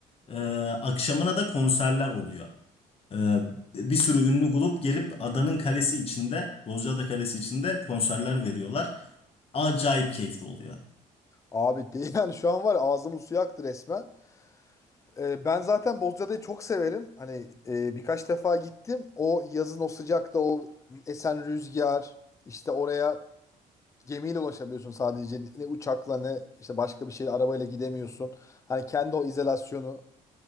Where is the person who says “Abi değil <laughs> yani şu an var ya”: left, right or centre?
Left